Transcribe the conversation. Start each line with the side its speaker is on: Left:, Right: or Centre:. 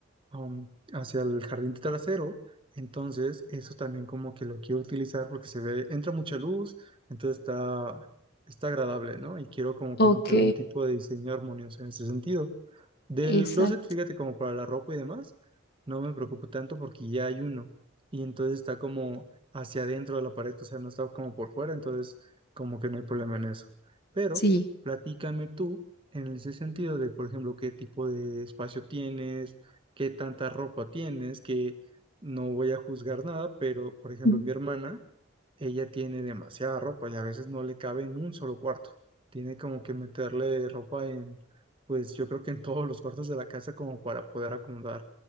Right: um, hacia el jardín trasero. Entonces, eso también como que lo quiero utilizar porque se ve, entra mucha luz, entonces está, está agradable, ¿no? Y quiero como
Left: Ok,
Right: que meterle un tipo de diseño armonioso en ese sentido. Del
Left: exacto,
Right: closet, fíjate, como para la ropa y demás, no me preocupo tanto porque ya hay uno. Y entonces está como hacia adentro de la pared, o sea, no está como por fuera, entonces como que no hay problema en eso. Pero
Left: sí,
Right: platícame tú en ese sentido de, por ejemplo, qué tipo de espacio tienes, qué tanta ropa tienes, que no voy a juzgar nada, pero, por ejemplo,
Left: Mm.
Right: mi hermana ella tiene demasiada ropa y a veces no le cabe en un solo cuarto. Tiene como que meterle ropa en, pues yo creo que en todos los cuartos de la casa como para poder acomodar.